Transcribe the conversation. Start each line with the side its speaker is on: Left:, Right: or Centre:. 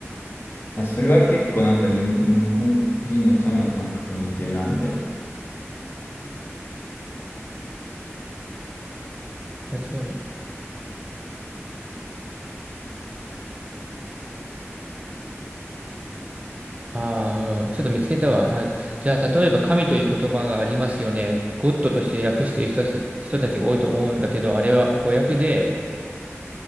Left: だからそれは結構なんかに日本人の神の感覚に似てるなみたいな。
Right: 確かに。ああ、うん。ちょっと見つけたわ。なんか、じゃあ、例えば神という言葉がありますよね。ゴッドとして訳している人た、人たちが多いと思うんだけど、あれは語訳で、